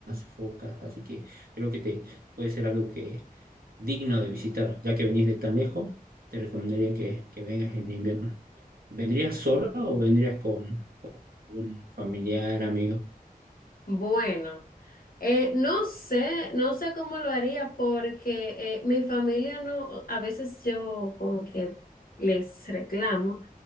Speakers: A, on the right; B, on the left.
A: focas, así que creo que te, puede ser algo que digno de visitar, ya que venís de tan lejos te recomendaría que, que vengas en invierno. ¿Vendrías sola o vendrías con algún familiar, amigo?
B: Bueno, eh, no sé, no sé cómo lo haría porque eh, mi familia no, a veces yo como que les reclamo